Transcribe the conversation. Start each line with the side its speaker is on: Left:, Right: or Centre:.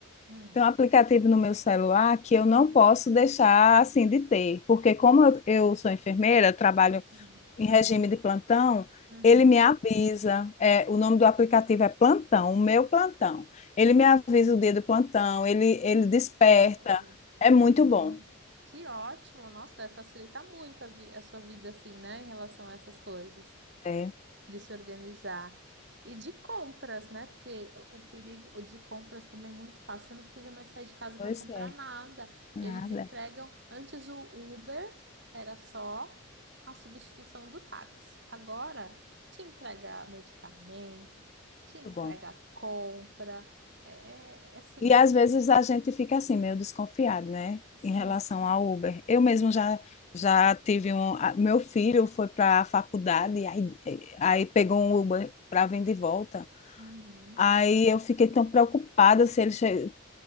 Right: Hum,
Left: tenho um aplicativo no meu celular que eu não posso deixar assim de ter, porque como eu, eu sou enfermeira, eu trabalho
Right: hum,
Left: em regime de plantão,
Right: uhum,
Left: ele me avisa, é, o nome do aplicativo é Plantão, o meu plantão. Ele me avisa o dia do plantão, ele, ele desperta,
Right: olha,
Left: é
Right: uhum.
Left: muito bom.
Right: Que ótimo! Nossa, deve facilitar muito a, vi- a sua vida assim, né, em relação a essas coisas.
Left: É,
Right: de se organizar. E de compras, né? Porque o perigo de compras também é muito fácil. Você não precisa mais sair de casa para
Left: pois
Right: comprar
Left: é,
Right: nada.
Left: nada,
Right: Eles entregam.
Left: é
Right: Antes o Uber era só a substituição do táxi. Agora te entrega medicamento, te entrega
Left: muito bom.
Right: compra. É é assim.
Left: E às vezes a gente fica assim, meio desconfiado, né?
Right: <laughs> Sim.
Left: Em relação ao Uber. Eu mesmo já, já tive um. a- Meu filho foi para a faculdade, aí, aí pegou um Uber para vir de volta.
Right: Uhum.
Left: Aí eu fiquei tão preocupada se ele, che-